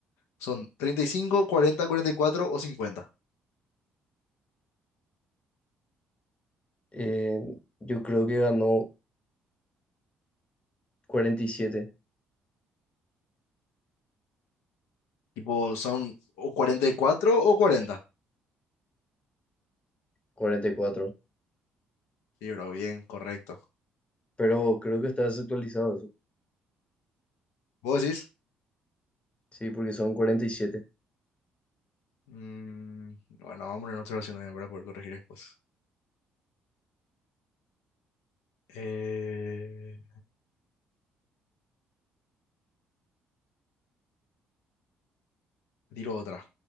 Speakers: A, on the left (about 75°); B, on the left (about 25°).
A: Son treinta y cinco cuarenta cuarenta y cuatro o 50.
B: Eh, yo creo que ganó cuarenta cuarenta y siete,
A: Tipo, son o 44 o cuarenta
B: cuarenta y cuatro,
A: Sí, bro, bien, correcto.
B: Pero creo que está desactualizado eso.
A: ¿Vos decís?
B: Sí, porque son 47.
A: Mm, bueno, vamos a poner otra opción también para poder corregir después. Eh, tiro otra.